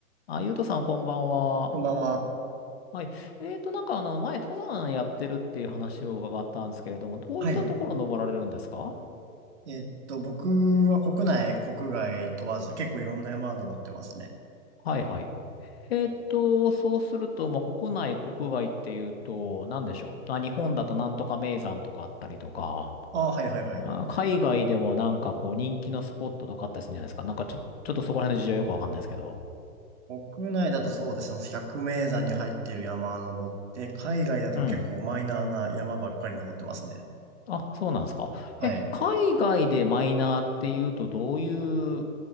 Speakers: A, on the left; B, on the right.
A: あ、ゆうとさん、こんばんは。
B: こんばんは。
A: はい。えーと、なんか、あの、前、登山やってるっていう話を伺ったんですけれども、どういったところ登られるんですか
B: はい。えっと、僕は国内、国外問わず結構いろんな山登ってますね。
A: はいはい。えーと、そうすると、まあ、国内、国外っていうと、なんでしょう。あ、日本だとなんとか名山とかあったりとか、
B: ああ、はいはいはい。
A: あ、海外でもなんかこう、人気のスポットとかあったりするんじゃないですか。なんか、ちょ、ちょっとそこら辺の事情よくわかんないですけど。
B: 国内だとそうですね。百名山に入ってる山登って、海外だと結構マイナーな山ばっかり登ってますね。
A: うん。あ、そうなんですか。
B: はい。
A: え、海外でマイナーっていうとどういう